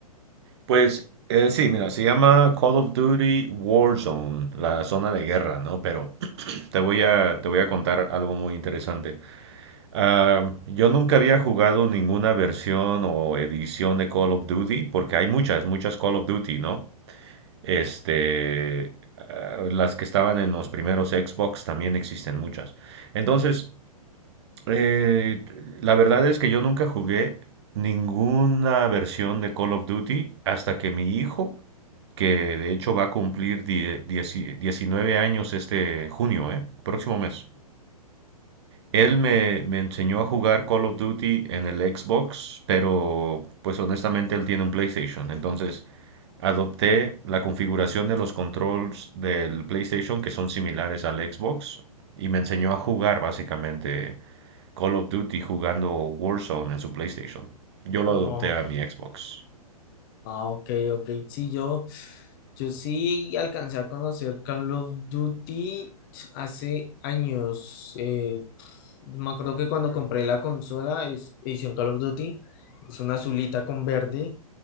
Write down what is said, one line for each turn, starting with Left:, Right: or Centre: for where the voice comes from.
Right: Pues eh, sí, mira, se llama Call of Duty Warzone, la zona de guerra, ¿no? Pero <clears throat> te voy a, te voy a contar algo muy interesante. Ah, yo nunca había jugado ninguna versión o edición de Call of Duty, porque hay muchas, muchas Call of Duty, ¿no? Este, ah, las que estaban en los primeros Xbox también existen muchas. Entonces, eh, la verdad es que yo nunca jugué ninguna versión de Call of Duty hasta que mi hijo, que de hecho va a cumplir die- dieci- 19 años este junio, ¿eh? Próximo mes. Él me, me enseñó a jugar Call of Duty en el Xbox, pero pues honestamente él tiene un PlayStation. Entonces adopté la configuración de los controls del PlayStation que son similares al Xbox y me enseñó a jugar básicamente Call of Duty jugando Warzone en su PlayStation. Yo lo
Left: No.
Right: adopté a mi Xbox.
Left: Ah, ok, ok. Sí, yo, yo sí alcancé a conocer Call of Duty hace años. Eh, me acuerdo que cuando compré la consola, es- edición Call of Duty, es una azulita con verde